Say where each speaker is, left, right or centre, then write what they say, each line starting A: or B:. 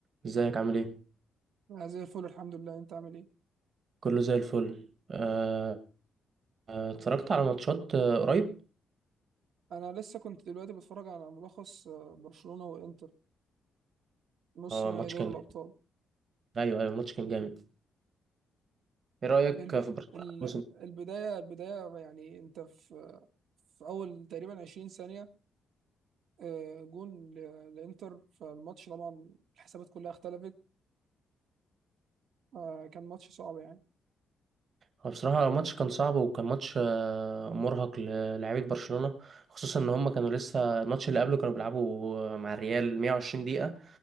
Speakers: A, on the right; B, on the right.
A: ازيك عامل ايه؟
B: انا زي الفل الحمد لله انت عامل ايه
A: كله زي الفل آه، آه، اتفرجت على ماتشات آه، قريب
B: انا لسه كنت دلوقتي بتفرج على ملخص آه، برشلونة وانتر نص
A: اه
B: نهائي
A: ماتش
B: دوري
A: كان
B: الابطال
A: ايوه ايوه الماتش كان جامد ايه رأيك
B: الب...
A: في برشلونة
B: ال...
A: الموسم ده؟
B: البداية البداية يعني انت في في اول تقريبا 20 ثانية آه، جون ل- لانتر فالماتش طبعا الحسابات كلها اختلفت آه، كان ماتش صعب يعني
A: هو بصراحة الماتش كان صعب وكان ماتش آه، مرهق للاعيبة برشلونة خصوصا ان هم كانوا لسه الماتش اللي قبله كانوا بيلعبوا مع الريال 120 دقيقة